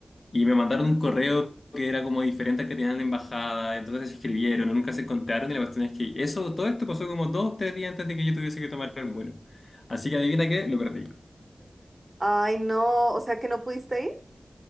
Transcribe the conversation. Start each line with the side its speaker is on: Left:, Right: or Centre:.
Left: Y me mandaron un correo
Right: Mm.
Left: que era como diferente al que tenían en la embajada, entonces se escribieron, nunca se encontraron y la cuestión es que eso, todo esto pasó como dos, tres días antes de que yo tuviese que tomar el vuelo. Así que adivina qué, lo perdí.
Right: Ay, no, o sea que no pudiste ir.